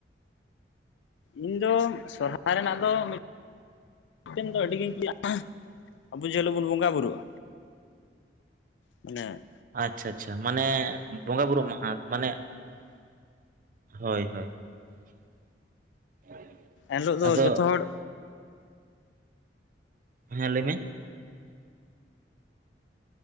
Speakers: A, on the left (about 85°); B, on the right (about 50°).
A: ᱤᱧ ᱫᱚ ᱥᱚᱨᱦᱟᱭ ᱨᱮᱱᱟᱜ ᱫᱚ ᱢᱤᱫ ᱢᱤᱫ ᱫᱚ ᱟᱹᱰᱤᱜᱤᱧ ᱠᱩᱟᱜᱼᱟ ᱟᱵᱚ ᱡᱮᱦᱤᱞᱳᱜ ᱵᱚᱱ ᱵᱚᱸᱜᱟ ᱵᱩᱨᱩᱜᱼᱟ᱾ ᱚᱱᱮ
B: ᱟᱪᱪᱷᱟ ᱟᱪᱪᱷᱟ ᱢᱟᱱᱮ ᱵᱚᱸᱜᱟ ᱵᱩᱨᱩ ᱢᱟᱦᱟ ᱢᱟᱱᱮ <inaudible> ᱦᱳᱭ ᱦᱳᱭ <inaudible>
A: ᱮᱱᱦᱤᱞᱳᱜ ᱫᱚ
B: ᱟᱫᱚ
A: ᱡᱚᱛᱚ ᱦᱚᱲ
B: ᱦᱮᱸ ᱞᱟᱹᱭ ᱢᱮ